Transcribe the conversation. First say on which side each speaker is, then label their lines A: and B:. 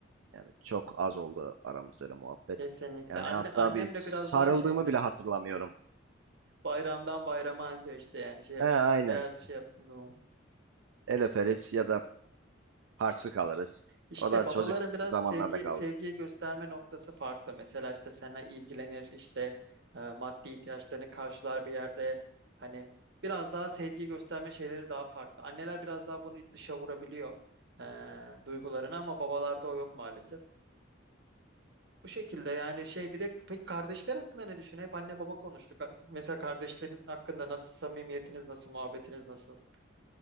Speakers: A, on the right (about 80°); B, on the right (about 60°).
A: Yani çok az oldu aramızda öyle muhabbet.
B: kesinlikle.
A: Yani
B: Anne,
A: hatta
B: annemle
A: bir sarıldığımı
B: biraz daha şeyimdir.
A: bile hatırlamıyorum.
B: Bayramdan bayrama anca işte yani şey yapıyoruz
A: He aynen.
B: veya şey yaptığımız zaman.
A: El öperiz ya da harçlık alırız.
B: İşte
A: O da
B: babaların
A: çocuk
B: biraz
A: zamanlarda
B: sevgi
A: kaldı.
B: sevgi gösterme noktası farklı. Mesela işte seninle ilgilenir, işte e, maddi ihtiyaçlarını karşılar bir yerde. Hani biraz daha sevgi gösterme şeyleri daha farklı. Anneler biraz daha bunu dışa vurabiliyor e, duygularını ama babalarda o yok maalesef. Bu şekilde yani şey bir de peki kardeşler hakkında ne düşün? Hep anne baba konuştuk. Mesela kardeşlerin hakkında nasıl samimiyetiniz, nasıl muhabbetiniz, nasıl?